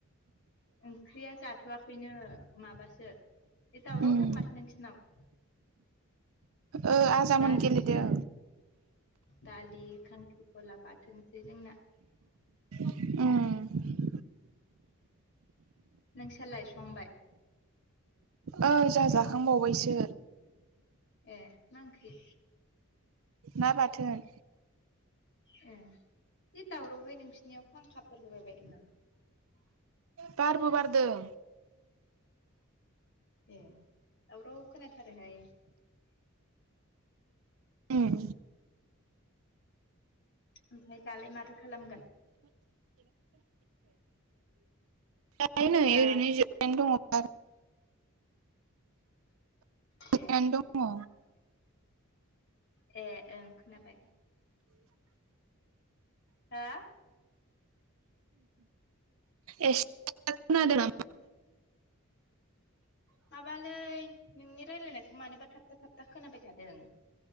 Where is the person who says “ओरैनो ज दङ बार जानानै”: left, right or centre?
Right